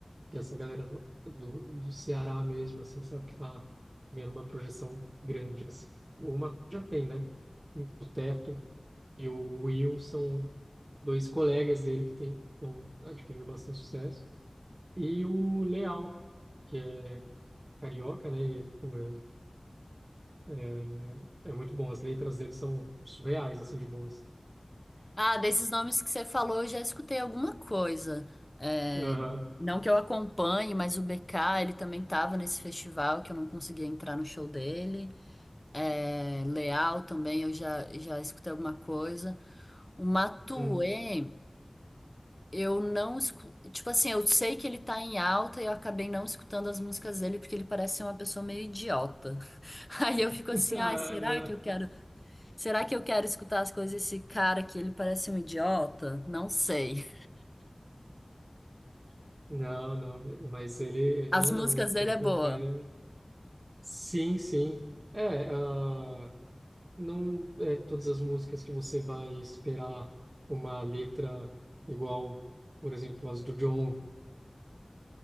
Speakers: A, on the right; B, on the left.
A: que é essa galera do, do, do Ceará mesmo, assim, sabe? Que está ganhando uma projeção grande. Assim. O Matuê já tem, né? O Teto e o Will são dois colegas dele que tem, estão adquirindo bastante sucesso. E o Leal, que é carioca, né? E, pô, é, é, é muito bom. As letras dele são surreais, assim, de boas.
B: Ah, desses nomes que você falou, eu já escutei alguma coisa. É,
A: Aham.
B: Não que eu acompanhe, mas o BK, ele também tava nesse festival que eu não conseguia entrar no show dele. É, Leal também eu já, já escutei alguma coisa. O Matuê,
A: Hum.
B: eu não escu... Tipo assim, eu sei que ele tá em alta e eu acabei não escutando as músicas dele porque ele parece ser uma pessoa meio idiota. <laughs> Aí eu fico assim,
A: <laughs> Ah,
B: ai, será
A: não.
B: que eu quero, será que eu quero escutar as coisas desse cara que ele parece um idiota? Não sei.
A: Não, não, mas ele, ele
B: As
A: não é
B: músicas
A: não,
B: dele
A: pelo
B: é boa.
A: contrário. é- Sim, sim. É, ah, não é todas as músicas que você vai esperar uma letra igual, por exemplo, as do John,